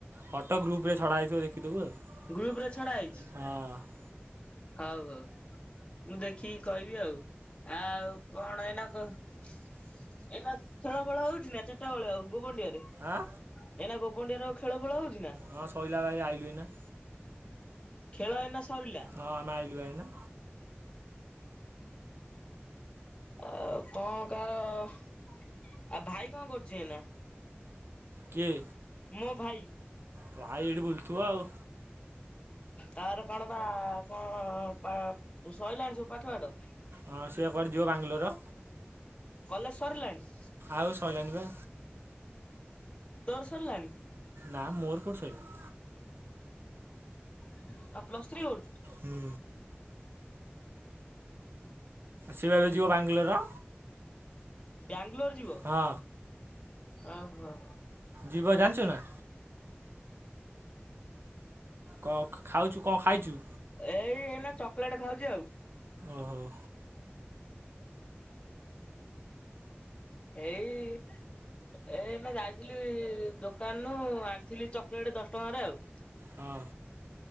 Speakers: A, on the right; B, on the left.
A: ଫଟୋ ଗ୍ରୁପ ରେ ଛଡ଼ା ହେଇଥିବ ଦେଖିଦେବୁ ଆଉ
B: ଗ୍ରୁପ ରେ ଛଡା ହେଇଛି।
A: ହଁ
B: ହଉ ହଉ ମୁଁ ଦେଖିକି କହିବି ଆଉ ଆଉ କଣ ଏଇନା କ ଏଇନା ଖେଳ ଫେଳ ହଉଛି ନା ଚାରିଟା ବେଆ ଆଉ ଗୋବଣ୍ଡିଆରେ
A: ଆଁ
B: ଏଇନା କୋବଡିଆ ର ଖେଳ ଫେଳ ହଉଛି ନା
A: ହଁ ଶୋଇିଲା ବା ଆଇଲୁ ନା।
B: ଖେଳ ଏନା ସରିଲା।
A: ହଁ ଆମେ ଆଲୁ ଆନା
B: ଆଉ କଣ କା ଆଉ ଭାଇ କଣ କରୁଛି ଏନା
A: କିଏ
B: ମୋ ଭାଇ
A: ଭାଇ ଏଇଠି ବୁଲଥିବ ଆଉ।
B: ତାର କଣ ବା କଣ ସଇଲାଣି ସବୁ ପାଠ ପାଠ
A: ହଁ ସିଏ କୁଆଡ଼େ ଯିବ ବାଙ୍ଗଲୋର
B: କଲେଜ ସରିଲାଣି
A: ଆଉ ସଇଲାଣି ବା
B: ତୋର ସରିଲାଣି
A: ନା ମୋର କୋଉଠି ସଇିଲା।
B: ଆଉ ପ୍ଲସ୍ ଥ୍ରୀ କରୁଛୁ।
A: ହୁଁ ସି ବା ଏବେ ଯିବ ବାଙ୍ଗାଲୋର।
B: ବାଙ୍ଗଲୋର ଯିବ
A: ହଁ
B: ଓହୋ
A: ଯିବ ଜାଣିଛୁ ନା। କ ଖାଉଛୁ କଣ ଖାଇଛୁ?
B: ଏଇ ଏଇନା ଚକୋଲେଟ ଖାଉଛି ଆଉ
A: ଓହୋ
B: ଏଇ। ଏଇ ନା ଯାଇଥିଲି ଦୋକାନରୁ ଆଣିଥିଲି ଚକୋଲେଟ ଦଶ ଟଙ୍କାରେ ଆଉ।
A: ହଁ।